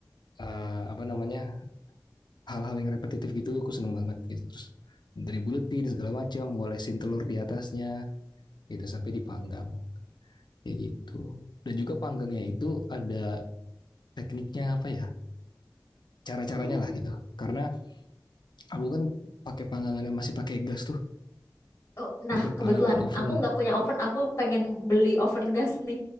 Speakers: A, on the left (about 75°); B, on the left (about 35°).
A: uh, apa namanya hal-hal yang repetitif gitu aku seneng banget gitu terus dari buletin segala macam ngolesin telur di atasnya gitu sampai dipanggang kayak gitu dan juga panggangnya itu ada tekniknya apa ya cara-caranya
B: oh.
A: lah gitu karena aku kan pakai panggangan yang masih pakai gas tuh
B: Oh, nah,
A: bukan
B: kebetulan
A: panggangan oven
B: aku nggak punya oven. Aku pengen beli oven gas nih.